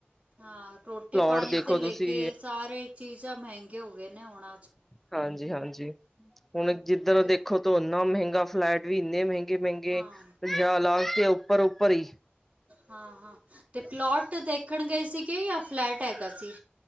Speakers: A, on the right; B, in the centre.
A: ਹਾਂ, ਰੋਟੀ
B: ਪਲੋਟ
A: ਪਾਣੀ
B: ਦੇਖੋ
A: ਸੇ ਲੇ
B: ਤੁਸੀਂ
A: ਕੇ ਸਾਰੇ ਚੀਜ਼ਾਂ ਮਹਿੰਗੇ ਹੋ ਗਏ ਨੇ ਹੁਣ ਆ।
B: ਹਾਂਜੀ ਹਾਂਜੀ, ਹੁਣ ਜਿੱਧਰ
A: ਤੇ
B: ਦੇਖੋ ਤੋ ਇੰਨਾ ਮਹਿੰਗਾ, ਫਲੈਟ ਵੀ ਇੰਨੇ ਮਹਿੰਗੇ ਮਹਿੰਗੇ-ਮਹਿੰਗੇ,
A: ਹਾਂ
B: ਪੰਜਾਹ ਲਾਸ ਤੇ ਉੱਪਰ-ਉੱਪਰ ਹੀ।
A: ਹਾਂ-ਹਾਂ, ਤੇ ਪਲੋਟ ਤੇ ਦੇਖਣ ਗਏ ਸੀਗੇ ਯਾ ਫਲੈਟ ਹੈਗਾ ਸੀ?